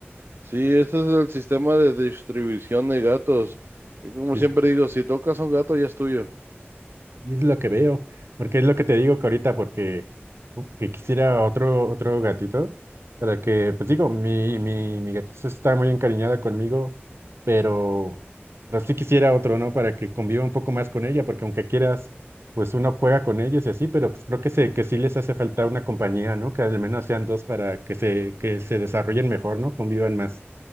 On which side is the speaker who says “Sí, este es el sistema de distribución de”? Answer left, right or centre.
Right